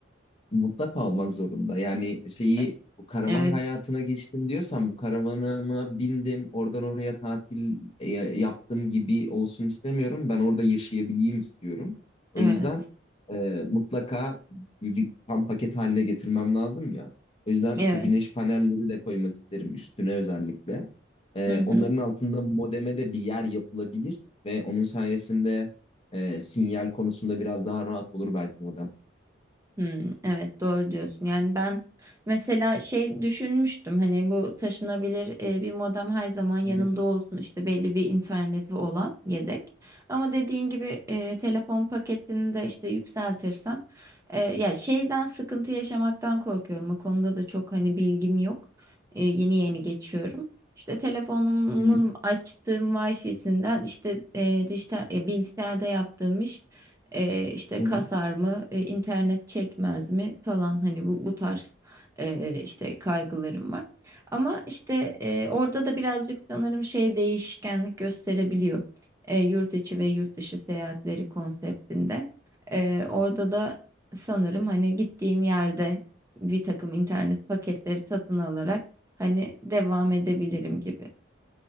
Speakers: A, on the left (about 30°); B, on the right (about 15°).
A: mutlaka olmak zorunda. Yani şeyi
B: E-
A: bu karavan
B: Evet.
A: hayatına geçtim diyorsan bu karavanıma bindim oradan oraya tatil e, yaptım gibi olsun istemiyorum. Ben orada yaşayabileyim istiyorum. O
B: Evet.
A: yüzden e, mutlaka bir bir tam paket haline getirmem lazım ya. O yüzden
B: Evet.
A: işte güneş panelleri de koymak isterim üstüne özellikle. E,
B: Hı hı.
A: onların altında modeme de bir yer yapılabilir ve onun sayesinde e, sinyal konusunda biraz daha rahat olur belki modem.
B: Hmm, evet doğru diyorsun. Yani ben mesela şey düşünmüştüm hani bu taşınabilir e, bir modem her zaman yanımda
A: Hı hı,
B: olsun işte belli bir interneti olan yedek. Ama dediğin gibi e, telefon paketini de işte yükseltirsem e, ya şeyden sıkıntı yaşamaktan korkuyorum. O konuda da çok hani bilgim yok. E, yeni yeni geçiyorum. İşte telefonumun
A: hı hı,
B: açtığım Wi-Fi'sinden işte e, dijital e, bilgisayarda yaptığım iş e, işte
A: hı
B: kasar
A: hı.
B: mı, e, internet çekmez mi falan hani bu bu tarz e, işte kaygılarım var. Ama işte e, orada da birazcık sanırım şey değişkenlik gösterebiliyor. E, yurt içi ve yurt dışı seyahatleri konseptinde. E, orada da sanırım hani gittiğim yerde bir takım internet paketleri satın alarak hani devam edebilirim gibi.